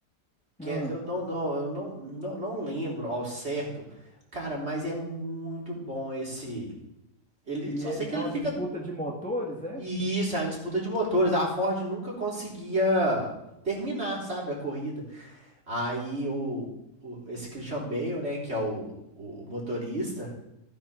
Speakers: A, on the right; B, in the centre.
A: Que
B: Ah,
A: é- eu não, não, eu não, não, não lembro ao certo. Cara, mas é muito bom esse. Ele,
B: e
A: só
B: é,
A: sei
B: e
A: que
B: é
A: ele
B: uma
A: fica.
B: disputa de motores, é?
A: Isso, é uma disputa de motores. A Ford nunca conseguia terminar, sabe, a corrida. Aí o, o- esse Christian Bale, né, que é o, o o motorista.